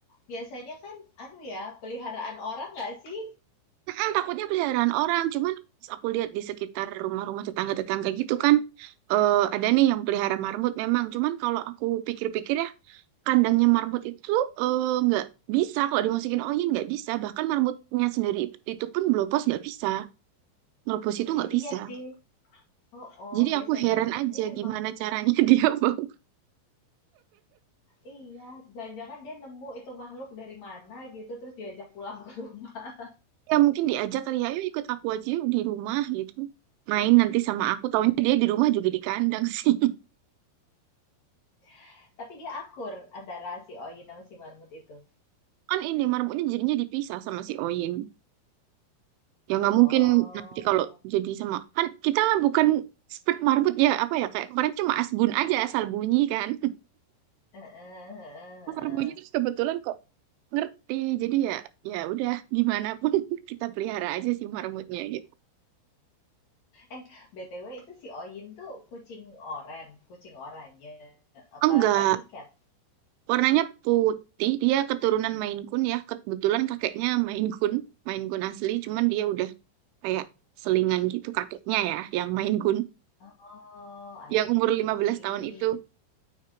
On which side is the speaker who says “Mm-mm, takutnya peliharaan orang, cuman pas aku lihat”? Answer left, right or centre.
Right